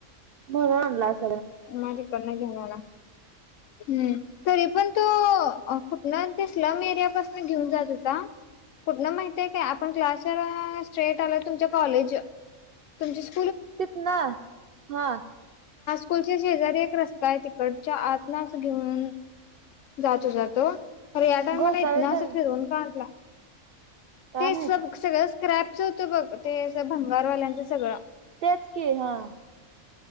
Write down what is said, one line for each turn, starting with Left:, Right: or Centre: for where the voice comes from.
Right: सगळं आणलास
Left: म तिकडंन घेवून आला हम्म तरी पण तो कुठन स्लम एरिया पासून घेऊन जात होता कुठन माहितीय काय आपण क्लास स्ट्रेट आलो तुमच्या कॉलेज तुमची स्कु
Right: तिथंन हा
Left: स्कूल च्या शेजारी एक रस्ता आहे तिकडच्या आतन आस घेऊन जात होता तो खर या टायमाला
Right: घोसावी
Left: इथन आस
Right: काय
Left: फिरवून का आणला ते
Right: माहित
Left: सब सगळं स्क्रॅपच होतं बघ ते अस भंगारवाल्यांचं सगळं
Right: तेच की हा